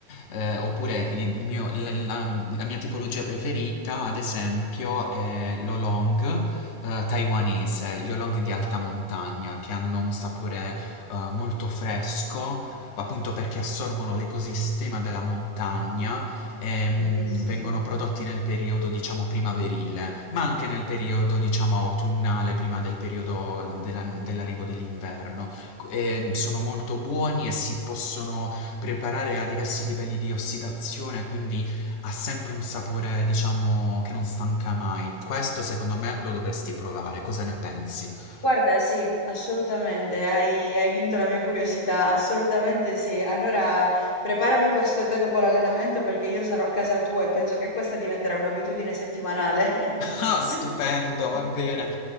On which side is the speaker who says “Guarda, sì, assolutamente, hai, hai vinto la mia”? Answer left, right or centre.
Left